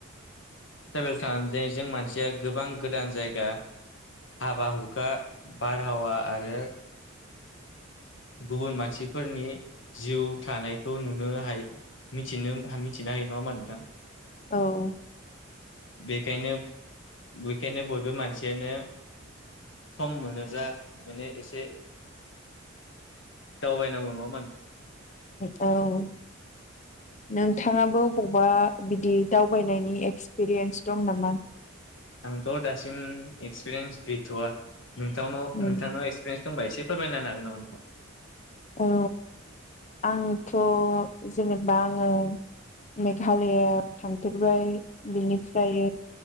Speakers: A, on the left; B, on the left.
A: ट्रेभेल खालामजों मानसिया गोबां गोदान जायगा हाबा हुखा बारहावा आरो गुबुन मानसिफोरनि जिउ थानायखौ नुनो हायो। मिथिनो मिथिनो हायो नङा होनबा नोंथां
B: औ
A: बेखायनो बेखायनो बयबो मानसियानो सम मोनोब्ला माने ए दावबायनांगौ नङा
B: औ नोंथाङाबो बबेबा बिदि दावबायनायनि एक्सपिरियेन्स दंमोन
A: आंथ' दासिम एक्सपिरियेन्स गैथ'वा नोंथां नोंथांनाव
B: उम
A: दंबा एसे फोरमायनो हागोन नामा?
B: औ आंथ' जेनेबा आङो मेघालआव थांथेरबाय बेनिफ्राय।